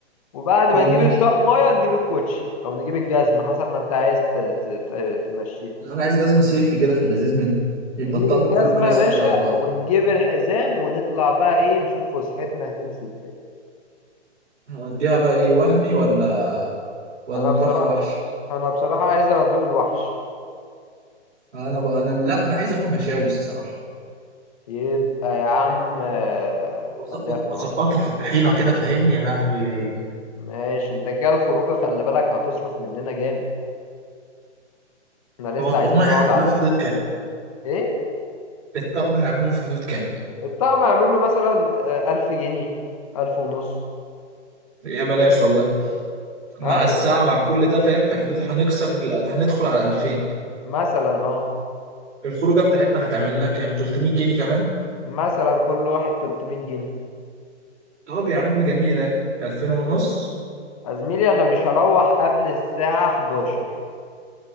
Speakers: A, on the left; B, on the right.
A: وبعد ما
B: جميل
A: نجيب الطقمية نجيب الكوتشي او نجيب الجزمة حسب ما انت عايز ت- ت- ت- تمشيها
B: لا، انا عايز جزمة صيفي كده في اللذيذ منه
A: نجيب
B: يبقى الطقم
A: الجزمة
B: كله كلاسيك
A: يا باشا
B: كده على بعض
A: ونجيب الحزام ونطلع بقى ايه نشوف فسحتنا هتمشي ازاي
B: نوديها بقى ايه وهمي ولا ولا
A: انا
B: نروح
A: بصراحة
B: على الوحش
A: انا بصراحة عايز ادوق الوحش
B: انا بقى انا لا انا عايز اكل مشاوي الصراحة
A: يبقى يا عم آه،
B: وأظبط-
A: خليها في الوحش
B: اسقطها في الطحينة كده فاهمني يا لهوي
A: ماشي انت كده الخروجة خلي بالك هتصرف مننا جامد احنا لسه
B: هو الطقم
A: عايزين
B: هيعمل
A: نقعد على
B: لها
A: الأقل.
B: في حدود كام
A: ايه
B: الطقم هيعمل له في حدود كام
A: الطقم هيعمل له مثلا آه، ألف جنيه ألف ونص
B: يا بلاش والله مع
A: ايوه
B: الساعة مع كل ده فاهم في حدود هنكسر ال- هندخل على 2000
A: مثلا اه
B: الخروجة بتاعتنا هتعمل لها كام 300 جنيه كمان
A: مثلا كل واحد 300 جنيه
B: طب يا عم جميلة 2000 ونص
A: يا زميلي انا مش هروح قبل الساعة 11